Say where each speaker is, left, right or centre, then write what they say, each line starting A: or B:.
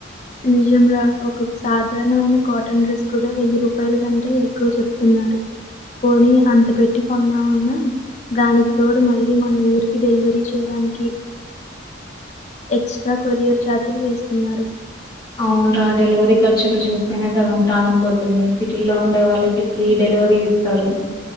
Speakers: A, on the left; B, on the left.
A: నిజం రా ఒక సాధారణమైన కాటన్ డ్రెస్ కూడా వెయ్యి రూపాయల కంటే ఎక్కువ చెప్తున్నారు పోని అంత పెట్టి కొందామన్న దానికి తోడు మళ్ళీ మన ఊరికి డెలివరీ చేయడానికి ఎక్స్ట్రా కొరియర్ ఛార్జీలు వేస్తున్నారు
B: అవున్రా డెలివరీ ఖర్చులు చూస్తేనే సగం ప్రాణం పోతుంది సిటీ లో ఉండే వాళ్ళకి ఫ్రీ డెలివరీ ఇ తారు